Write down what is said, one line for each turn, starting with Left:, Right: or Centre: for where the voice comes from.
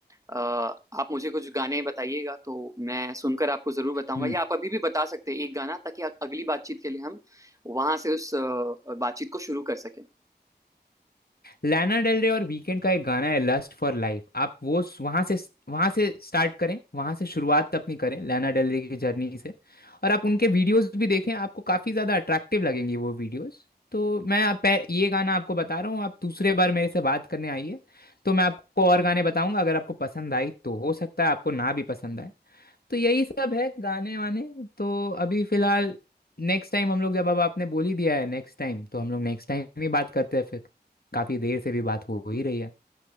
Right: अ, आप मुझे कुछ गाने बताइएगा तो मैं सुनकर आपको जरूर बताऊंगा
Left: हम्म।
Right: या आप अभी भी बता सकते हैं एक गाना ताकि अ- अगली बातचीत के लिए हम वहां से उस अ, बातचीत को शुरू कर सकें
Left: लाना डेल रे और वीकेंड का एक गाना है लस्ट फॉर लाइफ आप वो वहां से वहां से स्टार्ट करें वहां से शुरुआत अपनी करें लाना डेल रे की जर्नी से और आप उनके वीडियोस भी देखें आपको काफी ज्यादा अट्रैक्टिव लगेंगी वो वीडियोस तो मैं आप पह- ये गाना आपको बता रहा हूँ आप दूसरे बार मेरे से बात करने आइए तो मैं आपको और गाने बताऊंगा अगर आपको पसंद आई तो हो सकता है आपको ना भी पसंद आए तो यही सब है गाने वाने तो अभी फिलहाल नेक्स्ट टाइम हम लोग जब अब आपने बोल ही दिया है नेक्स्ट टाइम तो हम लोग नेक्स्ट टाइम ही बात करते हैं फिर काफी देर से भी बात हो हो ही रही है